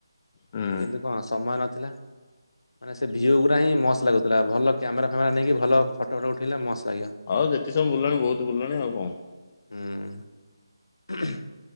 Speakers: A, on the left (about 30°); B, on the left (about 70°).
A: ହୁଁ
B: କିନ୍ତୁ କଣ ସମୟ ନଥିଲା। ମାନେ ସେ ଭିଉ ଗୁରା ହିଁ ମସ୍ତ ଲାଗୁଥିଲା ଭଲ କ୍ୟାମେରା ଫ୍ୟାମେରା ନେଇକି ଭଲ ଫଟୋ ଫଟୋ ଉଠେଇଲେ ମସ୍ତ ଲାଗିବ।
A: ଆଉ ଯେତିକି ସମୟ ବୁଲିଲଣି ବହୁତ ବୁଲିଲଣି ଆଉ କଣ।
B: ହୁଁ। <unintelligible>